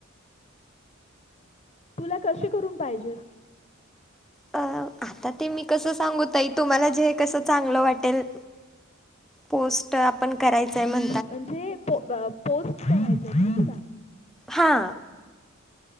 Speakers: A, on the left; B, in the centre.
A: <unintelligible> तुला कसे करून पाहिजे?
B: अ, आता ते, मी कसं सांगू ताई. तुम्हाला जे कसं चांगलं वाटेल. पोस्ट ट आपण करायचंय. मग
A: म्हणजे, पो पोस्ट करायचेत ना तुला.
B: हा!